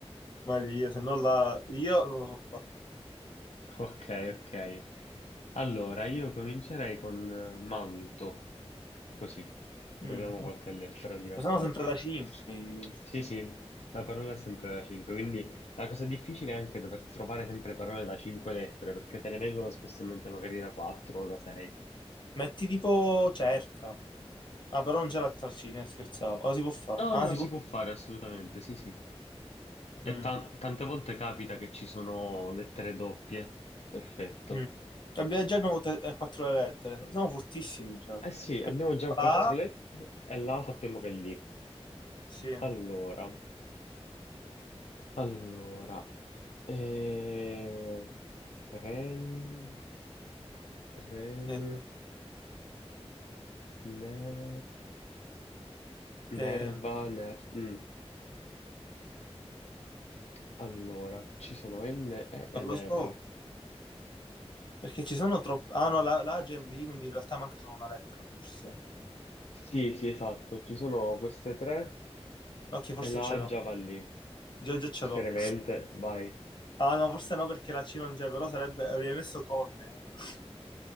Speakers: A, on the left (about 45°); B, on the left (about 75°).
A: Maria, se no la... Io non lo so fare.
B: Ok, ok. Allora, io comincerei con eh, manto, così.
A: Mm.
B: Proviamo
A: ok.
B: qualche lettera diversa
A: Ma sono sempre
B: da prima.
A: da 5, quindi.
B: Sì, sì, la parola è sempre da 5, quindi la cosa difficile è anche dover trovare sempre parole da 5 lettere, perché te ne vengono spesso in mente magari da 4 o da 6.
A: Metti tipo cerca. Ah, però non c'è la trascina, scherzavo. Ora si può fare.
B: No,
A: Ah,
B: no,
A: si
B: si
A: può
B: può fare assolutamente, sì, sì. E
A: Mm,
B: tan- tante volte capita che ci sono lettere doppie. Perfetto.
A: mm. Abbiamo- Già abbiamo te- eh, quattro lettere. Siamo fortissimi già.
B: Eh sì, abbiamo già
A: La
B: quattro
A: A,
B: lettere e la sappiamo che è lì.
A: sì.
B: Allora, allora, eh, ren, ren,
A: Eh,
B: ner,
A: eh,
B: nerva,
A: non
B: ner, mm. Allora, ci sono N, E ed
A: lo
B: R.
A: so. Perché ci sono troppe... Ah, no, la, la A già lì, quindi in realtà manca solo una lettera, forse.
B: Sì, sì, esatto, ci sono queste tre
A: Ok, forse
B: e la
A: ce
B: A
A: l'ho.
B: già va lì.
A: Già, già ce
B: Seriamente,
A: l'ho.
B: vai.
A: Ah, no, forse no, perché la C non c'è, però sarebbe... Avrei messo cornea. <laughs>